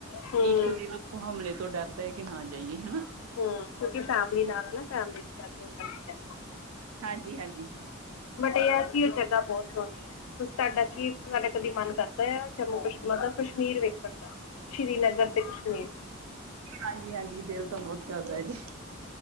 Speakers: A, on the left; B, on the right.
A: ਹੂੰ
B: ਇੱਕ ਦਿਨ ਉਹ ਹਮਲੇ ਤੋਂ ਡਰ। ਪਤਾ ਹੈ ਕਿ ਨਾ ਜਾਈਏ ਹਨਾ।
A: ਹਮ ਕਿਉਂਕਿ ਫੈਮਿਲੀ ਨਾਲ ਨਾ ਫੈਮਲੀ ਚ ਗੱਲ ਹੋ ਜਾਂਦੀ ਹੈ।
B: ਹਾਂਜੀ-ਹਾਂਜੀ।
A: ਬਟ ਇਹ ਆ ਕਿ ਉਹ ਜਗ੍ਹਾ ਬਹੁਤ ਸੋਹਣੀ ਹੈ, ਤੁਸੀ ਤੁਹਾਡਾ ਕੀ ਕਦੀ ਮਨ ਕਰਦਾ। ਜੰਮੂ ਕਸ਼ ਮਤਲਬ ਕਸ਼ਮੀਰ ਵੇਖਣ ਦਾ ਸ਼੍ਰੀਨਗਰ ਤੇ ਕਸ਼ਮੀਰ।
B: ਹਾਂਜੀ-ਹਾਂਜੀ ਦਿਲ ਤਾਂ ਬਹੁਤ ਕਰਦਾ ਜੀ।